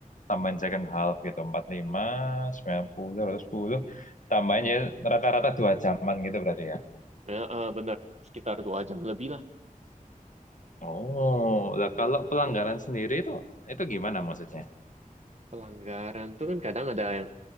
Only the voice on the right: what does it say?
Ah, ah, benar sekitar 2 jam lebih lah.
Pelanggaran tuh kan kadang ada yang